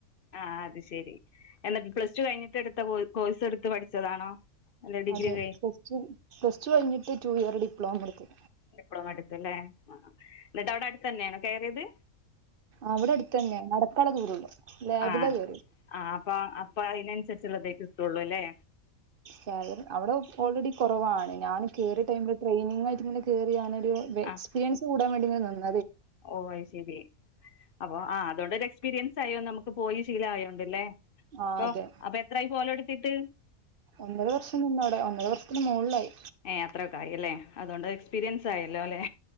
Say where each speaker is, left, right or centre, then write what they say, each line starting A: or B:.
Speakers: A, on the left; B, on the right.
A: ആ അത് ശെരി, എന്നിട്ട് പ്ലസ് ടു കഴിഞ്ഞിട്ട് എടുത്ത കോഴ് കോഴ് സെടുത്ത് പഠിച്ചതാണോ അല്ല ഡിഗ്രി
B: അതെ
A: കഴി
B: പ്ലസ് ടു പ്ലസ് ടു കഴിഞ്ഞിട്ട് ടു ഇയർ ഡിപ്ലോമ എടുത്ത്
A: ഡിപ്ലോമ എടുത്തല്ലെ, ആഹ, ന്നിട്ട് അവിടെ അടുത്തന്നാണോ കേറിയത്
B: അവിടെ അടുത്ത് തന്നെ നടക്കാനുള്ള ദൂരേയുള്ളൂ ലാബിലാ
A: ആഹ
B: കയറിയത്
A: ആ അപ്പ അപ്പൊ അയ്ന് സരിച്ച്ള്ളതേ കിട്ടൊള്ളു ലെ
B: സാലറി അവിടെ ഓൾറെഡി കുറവാണ്. ഞാൻ കേറിയ ടൈമില് ട്രെനിങ് ആയിട്ട് ഇങ്ങനെ കേറിയാണ് ഒരു വെ
A: ആഹ്
B: എസ്പീരിയൻസ് കൂടാൻ വേണ്ടിങ്ങനെ നിന്ന്
A: ഓ അയ്ശരി അപ്പൊ ആ അതുകൊണ്ടൊരു എക്സ്പീരിയൻസ് ആയോ നമുക്ക് പോയി ശീല ആയോണ്ട്ല്ലേ
B: ആ
A: പ്പം
B: അതെ
A: അപ്പൊ എത്രായി പോവലൊടുത്തിട്ട്
B: ഒന്നര വർഷം നിന്ന അവിടെ, ഒന്നര വർഷത്തിന് മോളിലായി
A: ഏ അത്രൊക്കായി അല്ലേ അതുകൊണ്ട് എക്സ്പീരിയൻസ് ആയല്ലോ ലേ.